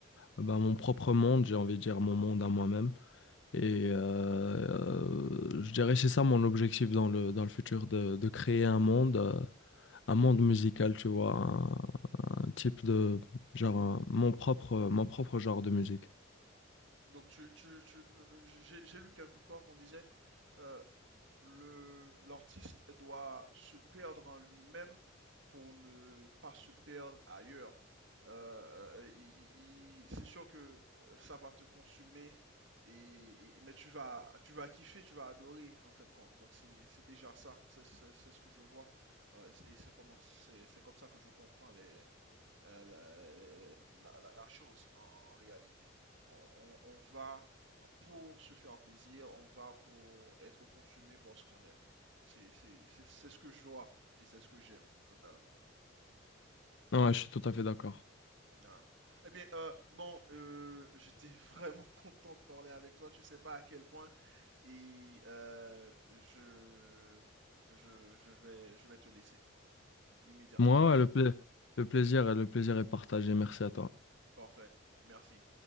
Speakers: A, on the left (about 60°); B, on the right (about 60°).
A: ben, mon propre monde, j'ai envie de dire mon monde à moi-même. Et euh, euh, je dirais c'est ça mon objectif dans le, dans le futur, de, de créer un monde, euh, un monde musical, tu vois, un, un type de, genre, un- mon propre, mon propre genre de musique.
B: Donc tu, tu, tu, euh, j'ai j'ai lu quelque part qu'on disait euh, le l'artiste doit se perdre en lui-même pour ne pas se perdre ailleurs. Euh, euh, il- il- c'est sûr que euh, ça va te consumer et, et- mais tu vas tu vas kiffer, tu vas adorer en fait compte. Donc c'est c'est déjà ça, c'est c'est- c'est ce que je vois Euh, et c'est comment c'est c'est comme ça que je comprends les euh, la, euh, la- la chose en, en réalité. On, on- va pour se faire plaisir, on va pour être consumé par ce qu'on aime. C'est c'est- c'est- c'est ce que je vois et c'est ce que j'aime totalement.
A: Ouais, je suis tout à fait d'accord.
B: Ah. Eh bien, euh, bon, euh, j'étais <laughs> vraiment content de parler avec toi. Tu sais pas à quel point et euh, je, je, je vais, je vais te laisser immédiatement.
A: Moi, ouais, le pla- le plaisir, le plaisir est partagé. Merci à toi.
B: Parfait. Merci.